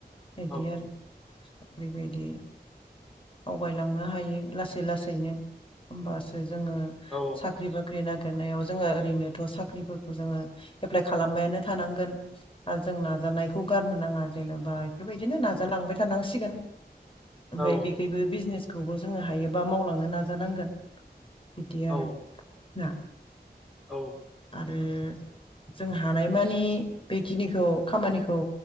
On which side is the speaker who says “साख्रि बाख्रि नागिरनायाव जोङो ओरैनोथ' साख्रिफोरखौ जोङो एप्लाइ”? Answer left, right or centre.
Left